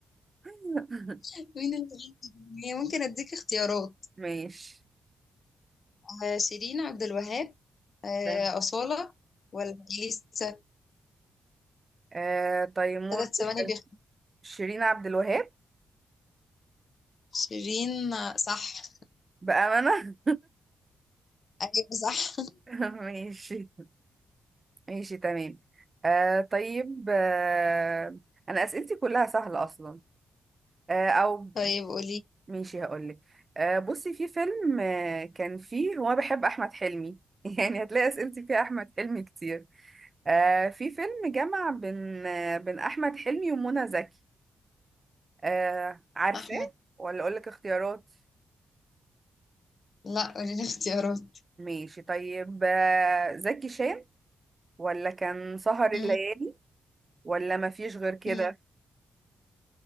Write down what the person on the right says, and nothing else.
<laughs>
ماشي
تمام
آه تيمور
وش-
شيرين عبد الوهاب
بامانه
<laughs> ماشي ماشي تمام آه طيب آه انا اسئلتي كلها سهله اصلا آه او
ماشي هقولك آه بصي في فيلم آه كان فيه هو أنا بحب أحمد حلمي <laughs> يعني هتلاقي أسئلتي فيها أحمد حلمي كتير آه في فيلم جمع بين آه بين أحمد حلمي ومنى زكي آه عارفاه
ولا أقولك اختيارات
ماشي طيب آه زكي شان ولا كان سهر الليالي
ولا مفيش غير كده